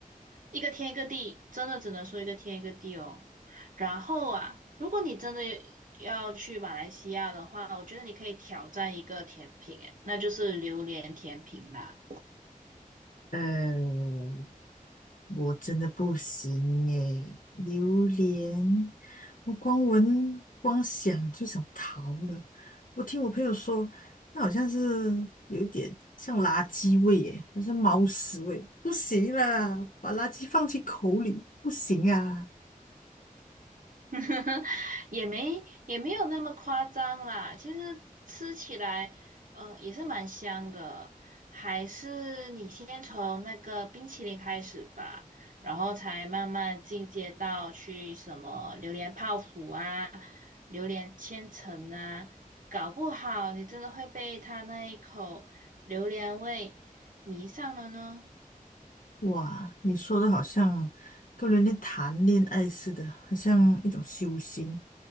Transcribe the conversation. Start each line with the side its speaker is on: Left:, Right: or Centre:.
Right: 一个天一个地，真的只能说一个天一个地哦。然后啊，如果你真的要去马来西亚的话，我觉得你可以挑战一个甜品，诶，那就是榴莲甜品啦。
Left: 呃，我真的不行耶，榴莲，我光闻光想就想逃了。我听我朋友说，那好像是有一点像垃圾味耶，还是猫屎味，不行啦，把垃圾放进口里不行啊！
Right: <laughs> 也没也没有那么夸张啦。其实吃起来，呃，也是蛮香的。还是你先从那个冰淇淋开始吧，然后才慢慢进阶到去什么榴莲泡芙啊、榴莲千层啊。搞不好你真的会被它那一口榴莲味迷上了呢。
Left: 哇，你说的好像跟人家谈恋爱似的，好像一种修行。